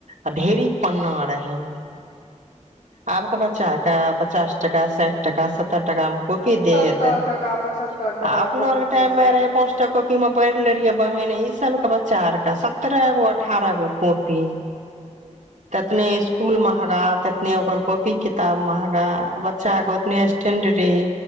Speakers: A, on the right (about 75°); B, on the left (about 85°).
A: आ ढेरी पन्ना रहे आबके बच्चाक क पचास टाका साठि टाका सत्तर टका कॉपी देत
B: सत्तर
A: आ
B: टका पचहत्तर टका
A: अपनो
B: कॉपी
A: और के टाइम
B: चाहिए
A: पाँचटा कॉऽ- कॉपी मे पढ़ ले रहियै बहिन ई सब के बच्चा आर के सतह गो अठारह गो कॉपी ततने स्कूल महगा ने ओकर कॉपी किताब महगा बच्चाके ओतने स्टैंडरी